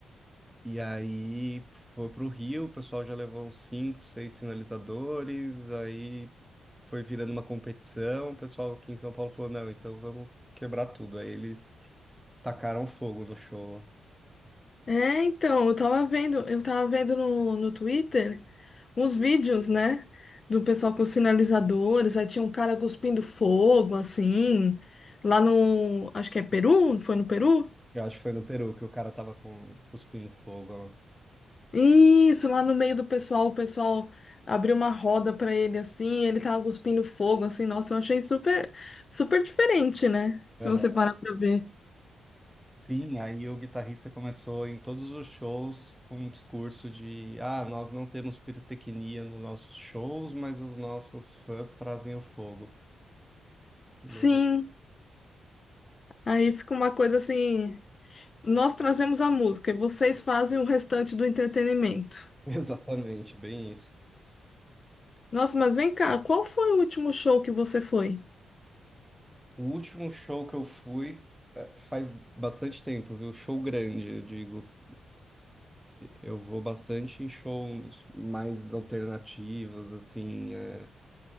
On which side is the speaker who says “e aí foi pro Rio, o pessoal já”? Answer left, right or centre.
Centre